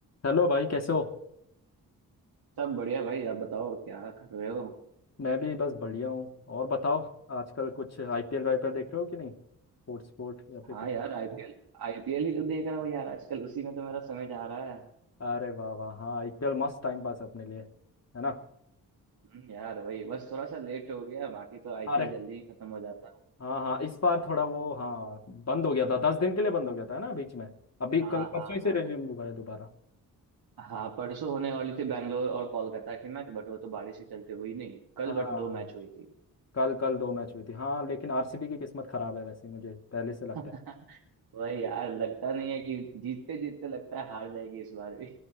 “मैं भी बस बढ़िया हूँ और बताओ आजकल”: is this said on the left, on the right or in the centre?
Left